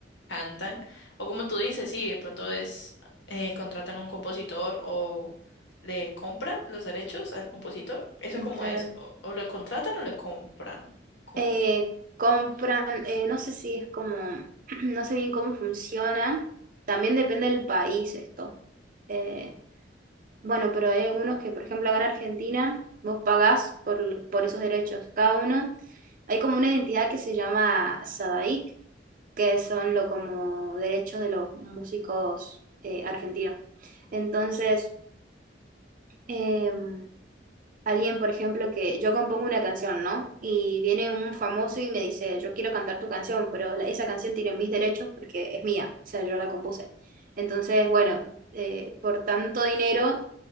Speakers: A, on the left; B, on the right.
A: cantan. O como tú dices, sí, de pronto es, eh, contratan un compositor o le compran los derechos al compositor. ¿Eso cómo
B: Claro.
A: es? ¿O, o lo contratan o le compran? Como...
B: Eh, compran, eh, no sé si es como, <clears throat> no sé bien cómo funciona. También depende del país esto. Eh, Bueno, pero hay algunos que, por ejemplo, acá en Argentina, vos pagás por, por esos derechos, cada uno. Hay como una identidad que se llama SADAIC, que son lo como derechos de los músicos eh, argentinos. Entonces, em, alguien, por ejemplo, que yo compongo una canción, ¿no? Y viene un famoso y me dice, yo quiero cantar tu canción, pero la- esa canción tiene mis derechos porque es mía, o sea, yo la compuse. Entonces, bueno, eh, por tanto dinero